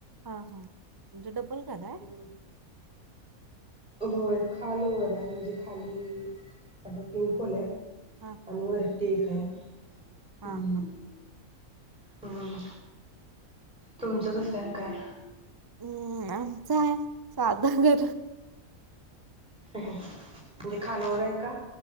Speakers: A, on the right; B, in the centre.
A: हा हा घर हाय?
B: हो. होय खाल वर आहे म्हणजे खाली अस तीन खोले आहेत,
A: हा
B: आणि
A: हा
B: वरती एक आहे.
A: हा!
B: हम्म
A: हा.
B: हम्म तुमचं कसं आहे काय?
A: हम्म आमचा साधाच घर आहे.
B: म्हणजे खालोवर आहे का?